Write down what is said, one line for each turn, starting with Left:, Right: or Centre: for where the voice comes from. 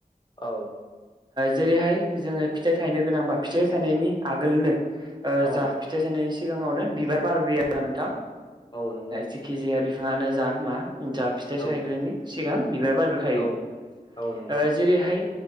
Left: औ।
Right: जेरैहाय जोङो फिथाइ थायनो गोनांबा फिथाइ थानायनि आगोलनो
Left: औ
Right: जा फिथाइ सानायनि सिगाङावनो बिबार बाग्रोयो नोंथां
Left: औ नंगौ
Right: जेखि जायााया बिफाङानो जा मा जा फिथाइ साहायग्रानि
Left: औ
Right: सिगां बिबार बारग्रोखायो
Left: औ औ नंगौ
Right: जेरैहाय